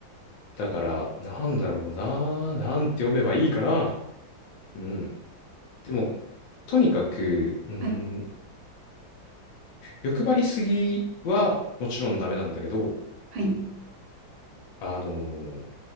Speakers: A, on the left; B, on the right.
A: だから、なんだろうな、なんて読めばいいかな。うん。でも、とにかく、うん、
B: はい。
A: 欲張りすぎはもちろんダメなんだけど、
B: はい。
A: あのー